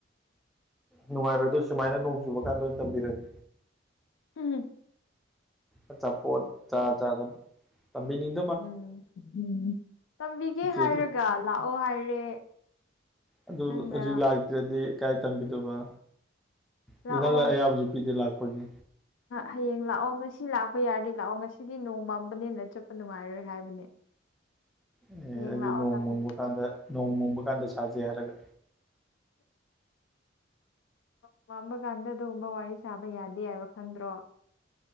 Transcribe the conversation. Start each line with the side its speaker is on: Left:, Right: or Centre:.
Centre: ꯅꯨꯡꯉꯥꯏꯔꯣꯏꯗꯣ ꯁꯨꯃꯥꯏꯅ ꯅꯣꯡ ꯆꯨꯕ ꯀꯥꯟꯗ ꯑꯣꯏꯅ ꯇꯝꯕꯤꯔꯒꯦ
Left: ꯎꯝ
Centre: ꯑꯆꯥ ꯄꯣꯠ ꯆꯥ ꯆꯥꯗꯅ ꯇꯝꯕꯤꯅꯤꯡꯏ
Left: ꯎꯝ ꯎꯝ ꯇꯝꯕꯤꯒꯦ
Centre: ꯆꯤꯆꯦꯁꯦ
Left: ꯍꯥꯏꯔꯒ ꯂꯥꯛꯑꯣ ꯍꯥꯏꯔꯦ
Centre: ꯑꯗꯨ
Left: ꯅꯪꯅ
Centre: ꯍꯧꯖꯤꯛ ꯂꯥꯛꯇ꯭ꯔꯗꯤ ꯀꯥꯏ ꯇꯝꯕꯤꯗꯧꯕ ꯑꯗꯨ
Left: ꯂꯥꯛꯑꯣ
Centre: ꯅꯪ ꯑꯌꯥꯕꯁꯨ ꯄꯤꯗꯦ ꯂꯥꯛꯄꯒꯤ
Left: ꯍꯌꯦꯡ ꯂꯥꯛꯑꯣ ꯉꯁꯤ ꯂꯥꯛꯄ ꯌꯥꯔꯗꯤ ꯂꯥꯛꯑꯣ ꯉꯁꯤꯗꯤ ꯅꯣꯡ ꯄꯥꯟꯕꯅꯤꯅ ꯆꯠꯄ ꯅꯨꯡꯉꯥꯏꯔꯣꯏ ꯍꯥꯏꯕꯅꯦ
Centre: ꯑꯦ
Left: ꯍꯌꯦꯡ
Centre: ꯑꯩꯗꯤ
Left: ꯂꯥꯛꯑꯣ
Centre: ꯅꯣꯡ
Left: ꯇꯥꯛꯄꯤꯒꯦ
Centre: ꯃꯪꯕ ꯀꯥꯟꯗ ꯅꯣꯡ ꯃꯪꯕ ꯀꯥꯟꯗ ꯁꯥꯁꯤ ꯍꯥꯏꯔꯒ
Left: ꯅꯣꯡ ꯃꯪꯕ ꯀꯥꯟꯗ ꯑꯗꯨꯒꯨꯝꯕ ꯋꯥꯔꯤ ꯁꯥꯕ ꯌꯥꯗꯦ ꯍꯥꯏꯕ ꯈꯪꯗ꯭ꯔꯣ